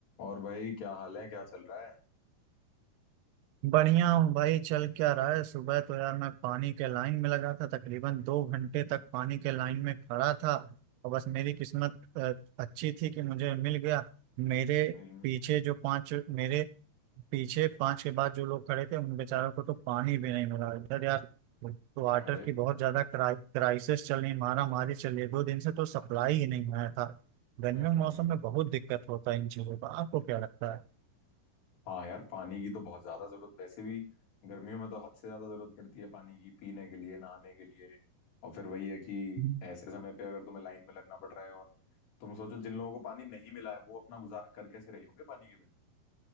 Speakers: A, on the left; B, on the right.
A: और भाई क्या हाल है क्या चल रहा है
B: बढ़िया हूँ भाई चल क्या रहा है सुबह तो यार मैं पानी के लाइन में लगा था तकरीबन दो घंटे तक पानी के लाइन में खड़ा था और बस मेरी किस्मत अ, अच्छी थी कि मुझे मिल गया मेरे
A: हम्म
B: पीछे जो पांच मेरे पीछे पांच के बाद जो लोग खड़े थे उन बेचारों को तो पानी भी नहीं मिला इधर यार तो वाटर
A: अरे
B: की बहुत ज्यादा क्राइ, क्राइसिस चल रही है, मारामारी चल रही है दो दिन से तो सप्लाई ही नहीं आया था गर्मियों
A: हम्म
B: के
A: हम्म,
B: मौसम
A: हम्म।
B: में बहुत दिक्कत होता है इन चीजों का आपको क्या लगता
A: हाँ यार पानी की तो बहुत ज्यादा जरूरत वैसे भी गर्मियों में तो हद से ज्यादा जरूरत पड़ती है पानी की पीने के लिए नहाने के लिए और फिर वही है कि
B: है
A: ऐसे समय पे अगर तुम्हें लाइन में लगना पड़ रहा है और तुम सोचो जिन लोगों को पानी नहीं मिला है वो अपना गुजारा कर कैसे रहे होंगे पानी के बिना